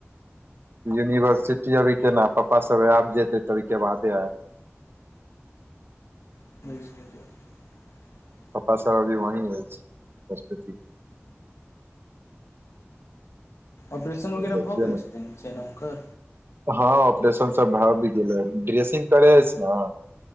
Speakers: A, on the right; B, on the left.
A: यूनिवर्सिटी एखन केना जाएब पप्पा सभ आबि जेतै, तखने बादे जाएब
B: म्यूजिक
A: पप्पा सभ सेहो ओतहि छथि
B: ऑपरेशन वगैरह
A: देखियौ
B: भऽ गेल
A: ने
B: छै तऽ
A: हँ, ऑपरेशन सभ भऽ गेल अछि ड्रेसिंग करबाक लेल ने,